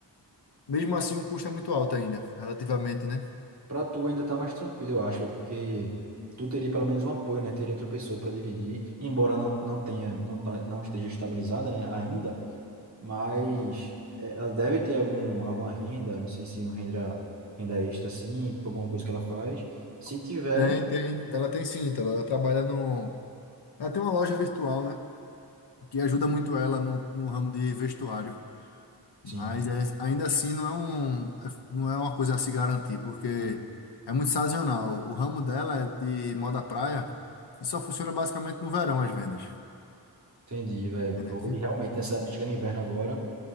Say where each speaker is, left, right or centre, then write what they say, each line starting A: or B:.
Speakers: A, on the left; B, on the right.
A: mesmo assim o custo é muito alto ainda, relativamente, né?
B: Pra tu ainda tá mais tranquilo, eu acho, véi, porque tu teria pelo menos um apoio, né? Teria outra pessoa para dividir, embora não, não tenha, não, tá, não esteja estabilizada, né, ainda, mas é, ela deve ter algum, alguma renda, não sei se uma renda, renda extra, assim, por alguma coisa que ela faz. Se tiver,
A: Tem, tem. Ela tem sim, Ítalo. Ela trabalha no. Ela tem uma loja virtual, né? Que ajuda muito ela no, no ramo de vestuário.
B: sim,
A: Mas é- ainda assim não é um, não é uma coisa a se garantir, porque é muito sazonal. O ramo dela é de moda praia e só funciona basicamente no verão as vendas.
B: entendi, velho.
A: Beleza?
B: E realmente nessa época chegando inverno agora,